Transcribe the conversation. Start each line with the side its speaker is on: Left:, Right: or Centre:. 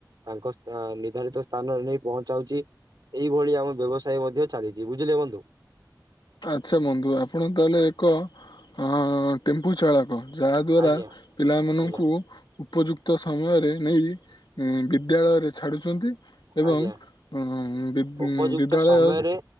Right: ତାଙ୍କ ସ୍ଥା ନିର୍ଦ୍ଧାରିତ ସ୍ଥାନରେ ନେଇ ପହଞ୍ଚାଉଛି। ଏଇଭଳି ଆମ ବ୍ୟବସାୟ ମଧ୍ୟ ଚାଲିଛି ବୁଝିଲେ ବନ୍ଧୁ।
Left: ଆଚ୍ଛା ବନ୍ଧୁ ଆପଣ ତାହେଲେ ଏକ ଅ ଟେମ୍ପୁ ଚାଳ। ଯାହାଦ୍ୱାରା
Right: ଆଜ୍ଞା
Left: ପିଲାମାନଙ୍କୁ
Right: ଆଜ୍ଞା
Left: ଉପଯୁକ୍ତ ସମୟରେ ନେଇ ଉ ବିଦ୍ୟାଳୟରେ ଛାଡ଼ୁଛନ୍ତି ଏବଂ
Right: ଆଜ୍ଞା।
Left: ଉ ବି
Right: ଉପଯୁକ୍ତ
Left: ବିଦ୍ୟାଳୟ
Right: ସମୟରେ